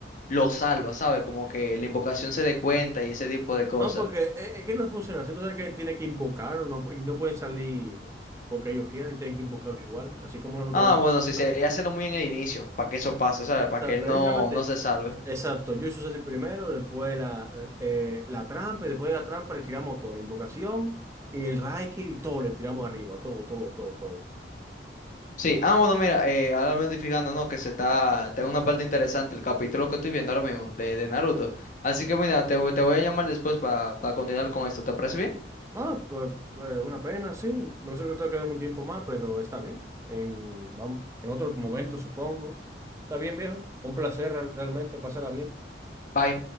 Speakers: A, on the left; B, on the right.
A: lo salva, ¿sabes? Como que la invocación se dé cuenta y ese tipo de cosas.
B: No, porque es, es que no funciona, si tú sabes que él tiene que invocarlo, no, pu- no pueden salir porque ellos quieran, tienen que invocarlo igual, así como nosotros
A: Ah, bueno, sí,
B: tenemos.
A: sería hacerlo muy en el inicio, para que eso pase, ¿sabes? Para
B: Exacto,
A: que él no,
B: ahí literalmente,
A: no se salve.
B: exacto, yo hice el primero, después la, eh, eh, la trampa, y después de la trampa le tiramos todo, la invocación y el Raikiri, y todo, le tiramos arriba, todo, todo, todo, todo.
A: Sí, ah, bueno, mira, eh, ahora me estoy fijando, ¿no? Que se está, tengo una parte interesante, el capítulo que estoy viendo ahora mismo, de, de Naruto. Así que mira, te, voy- te voy a llamar después para continuar con esto, ¿te parece bien?
B: Ah, pues, eh, una pena, sí, no sé que te quedamos un tiempo más, pero está bien, en, vam- en otro momento supongo. Está bien, viejo, un placer re- realmente, pasará bien.
A: Bye.